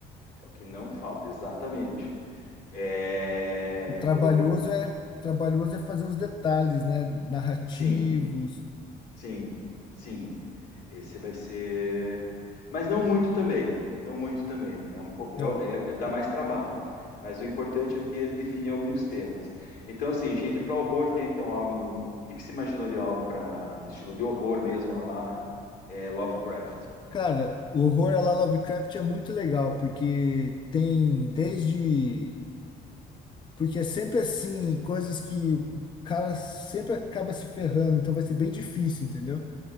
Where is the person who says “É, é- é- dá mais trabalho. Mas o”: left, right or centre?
Left